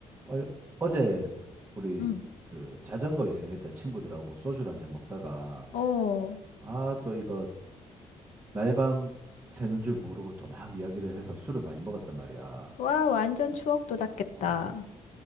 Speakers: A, on the right (about 15°); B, on the left (about 80°).
A: 어, 어제 우리
B: 응.
A: 그 자전거 여행했던 친구들하고 소주를 한잔 먹다가
B: 어,
A: 아, 또 이거 날 밤 새는 줄 모르고 또 막 이야기를 해서 술을 많이 먹었단 말이야.
B: 와, 완전 추억 돋았겠다.
A: 어.